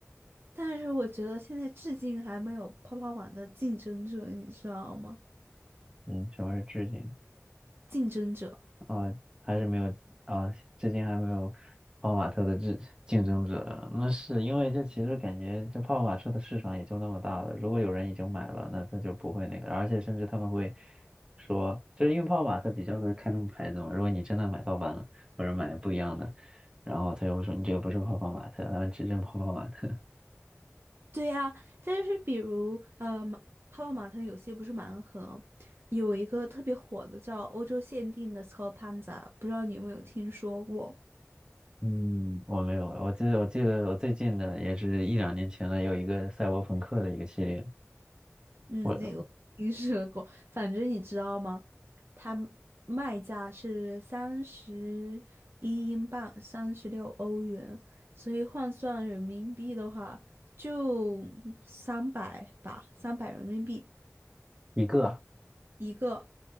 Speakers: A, on the right; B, on the right.
A: 但是我觉得现在至今还没有泡泡玛的竞争者，你知道吗？
B: 嗯，什么是致敬？
A: 竞争者，
B: 啊，还是没有啊，至今还没有泡泡玛特的竞竞争者。那是因为这其实感觉这泡泡玛特的市场也就那么大了，如果有人已经买了，那他就不会那个，而且甚至他们会说，就是因为泡泡玛特比较的看重牌子嘛，如果你真的买盗版了，或者买不一样的，然后他就会说你这个不是泡泡玛特，他们只认泡泡玛特。<laughs>
A: 对呀、但是比如呃，马泡泡玛特有些不是盲盒，有一个特别火的叫欧洲限定的 s c o p a n z a 不知道你有没有听说过？
B: 嗯，我没有，我记得我记得我最近的也是一两年前了，有一个赛博朋克的一个系列，
A: 嗯，
B: 我
A: 那个我听说过，反正你知道吗？它卖价是三十一英镑，三十六欧元，所以换算人民币的话，就三百吧，三百人民币
B: 一个。
A: 一个。